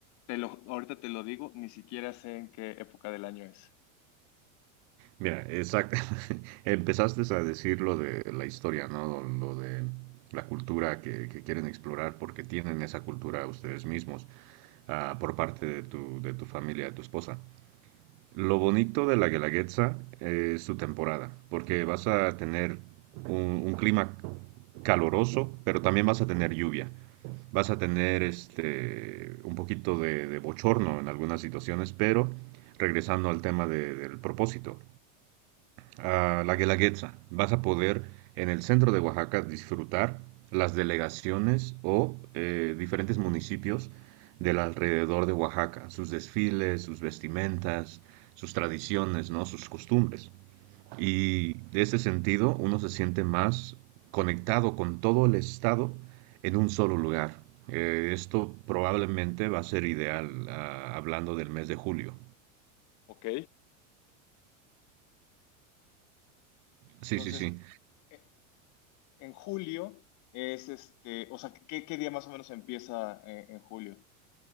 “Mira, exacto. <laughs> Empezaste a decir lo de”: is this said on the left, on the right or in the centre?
Right